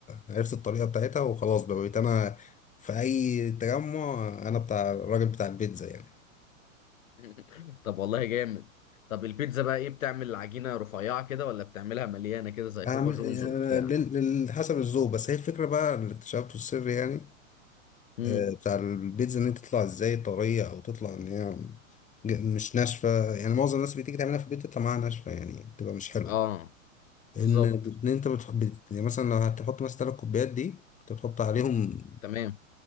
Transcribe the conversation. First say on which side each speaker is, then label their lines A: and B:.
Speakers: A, on the left; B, on the left.
A: عرفت الطريقة بتاعتها وخلاص بقى بقيت أنا في أي تجمع أنا بتاع الراجل بتاع البيتزا يعني
B: <laughs> طب والله جامد طب البيتزا بقى ايه بتعمل عجينة رفيعة كده ولا بتعملها مليانة كده زي
A: أعمل
B: بابا جونز
A: آه،
B: وبتاع
A: لل- لل- حسب الذوق بس هي الفكرة بقى اللي اكتشفته السر يعني
B: امم
A: آه، بتاع البيتزا إن أنت تطلع إزاي طرية أو تطلع إن هي ج- مش ناشفة يعني معظم الناس بتيجي تعملها في البيت تطلع معاها ناشفة يعني بتبقى مش حلوة
B: اه
A: إن
B: بالظبط
A: إن أنت بتح- بت... يعني مثلا لو هتحط مثلا تلات كوبايات دي أنت بتحط عليهم
B: تمام